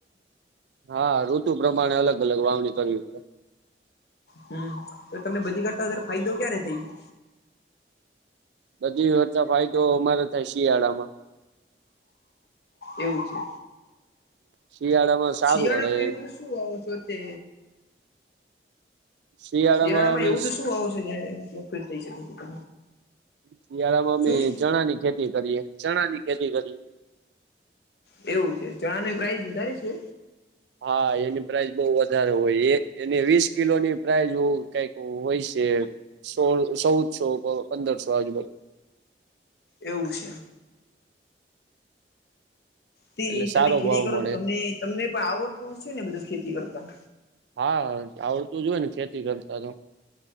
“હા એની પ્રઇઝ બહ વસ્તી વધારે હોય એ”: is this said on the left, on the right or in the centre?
Right